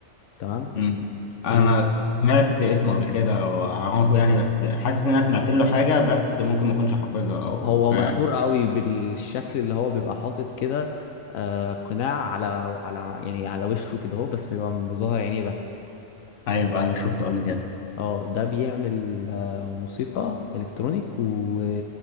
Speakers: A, on the left; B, on the left.
A: تمام
B: مم. انا
A: الان ووكر
B: سمعت اسمه قبل كده واعرفه يعني بس حاسس ان انا سمعت له حاجة بس ممكن ما اكونش حافظها او
A: هو
B: ف...
A: مشهور قوي بالشكل اللي هو بيبقى حاطط كده آه، قناع على على يعني على وشه كده اهو بس بيبقى مظهر عينيه بس
B: ايوه ايوه شفته قبل كده
A: اه ده بيعمل آه، موسيقى الكترونيك و